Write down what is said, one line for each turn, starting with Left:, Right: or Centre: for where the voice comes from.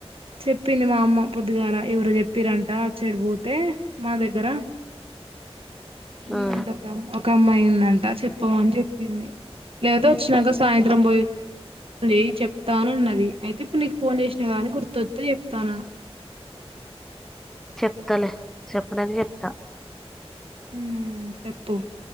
Right: చెప్పింది మా అమ్మ పొద్దుగాల ఎవరో చెప్పిరంట అప్సైడ్ పోతే మా దగ్గర ఉందంట
Centre: ఉమ్
Right: ఒకమ్ ఒక అమ్మాయి ఉందంట చెప్పమని చెప్పింది లేదా వచ్చినాక సాయంత్రం పోయి అ చెప్తానున్నది అయితే ఇప్పుడు నీకు ఫోన్ చేసిన గానీ గుర్తొస్తె చెప్తాను
Centre: చెప్తలే చెప్పలేనికి చెప్తా
Right: మ్ చెప్పు